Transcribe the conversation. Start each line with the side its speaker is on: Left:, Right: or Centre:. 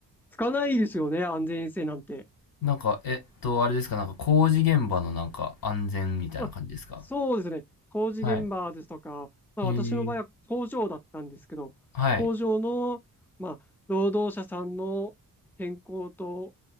Centre: つかないですよね、安全衛生なんて。
Left: なんか、えっと、あれですか、なんか工事現場のなんか安全みたいな感じですか
Centre: まあ、そうですね、工事現場ですとか、
Left: はい。
Centre: まあ、
Left: へえ。
Centre: 私の場合は工場だったんですけど、
Left: はい。
Centre: 工場の、まあ、労働者さんの健康と、